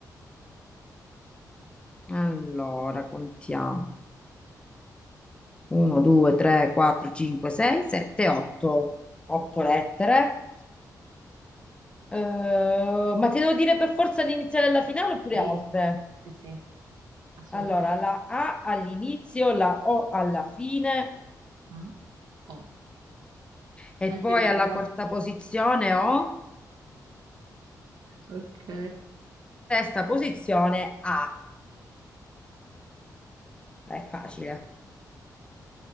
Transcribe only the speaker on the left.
Allora, contiamo. 1, 2, 3, 4, 5, 6, 7, 8. 8 lettere. Eh, ma ti devo dire per forza l'iniziale e la finale oppure
altre?
Allora, la A all'inizio, la O alla fine,
E
poi alla quarta posizione ho
sesta posizione A. È facile.